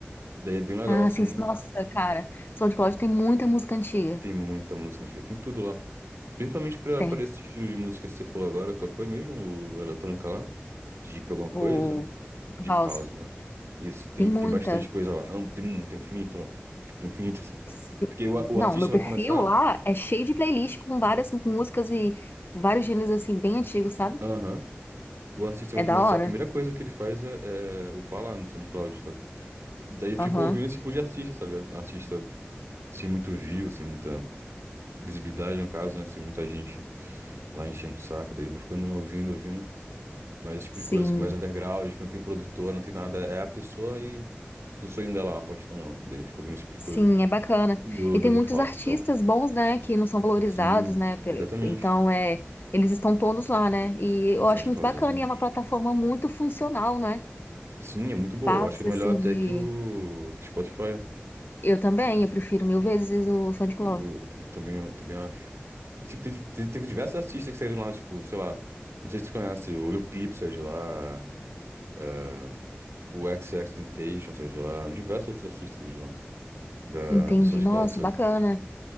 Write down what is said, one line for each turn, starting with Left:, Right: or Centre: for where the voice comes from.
Right: Daí é bem legal,
Left: Ah,
Right: assim.
Left: sim. sim. Nossa, cara. SoundCloud tem muita música antiga.
Right: Tem muita música antiga, tem tudo lá. Principalmente pra,
Left: Tem.
Right: pra esse estilo de música que você falou agora, qual foi mesmo? O eletrônica lá? Deep alguma coisa?
Left: O
Right: Deep
Left: House.
Right: House, né? Isso, tem,
Left: Tem
Right: tem
Left: muita.
Right: bastante coisa lá. amplo, Tem muito, tem infinito lá. Tipo, infinito assim.
Left: Sim.
Right: Porque o, a- o
Left: Não,
Right: artista
Left: meu perfil
Right: vai começar.
Left: lá é cheio de playlist com várias músicas e vários gêneros assim, bem antigos, sabe?
Right: Aham. O artista
Left: É
Right: vai começar,
Left: da hora.
Right: a primeira coisa que ele faz é, é upar lá no SoundCloud, sabe? Daí eu fico
Left: Aham.
Right: ouvindo esse tipo de artista, tá ligado? Artista sem muito view, sem muita. visibilidade, no caso, né? Se muita gente lá enchendo o saco, daí eu vou ficando ouvindo, ouvindo. Mas esse tipo
Left: Sim.
Right: de coisa que é mais underground, que não tem produtor, não tem nada. É a pessoa e o sonho dela, a postão lá. Daí eu fico ouvindo esse tipo de
Left: Sim,
Right: coisa.
Left: é bacana.
Right: Do,
Left: E
Right: do
Left: tem muitos
Right: hip hop
Left: artistas
Right: e tal.
Left: bons, né, que não são valorizados,
Right: Sim,
Left: né? pe-
Right: exatamente.
Left: Então, é, eles estão todos lá, né? E
Right: No
Left: eu
Right: SoundCloud,
Left: acho muito bacana
Right: exatamente.
Left: e é uma plataforma muito funcional, né?
Right: Sim, é muito boa.
Left: Fácil,
Right: Eu acho que é melhor
Left: assim,
Right: até
Left: de.
Right: que o que o Spotify.
Left: Eu também, eu prefiro mil vezes o SoundCloud.
Right: Eu, também, eu também acho. E, tipo, teve, te- teve diversos artistas que saíram lá, tipo, sei lá. Não sei se tu conhece, o Lil Peep saiu de lá. eh, o XXXTentacion, sei de lá, diversos outros artistas de lá, da,
Left: Entendi.
Right: do SoundCloud,
Left: Nossa,
Right: sabe?
Left: bacana.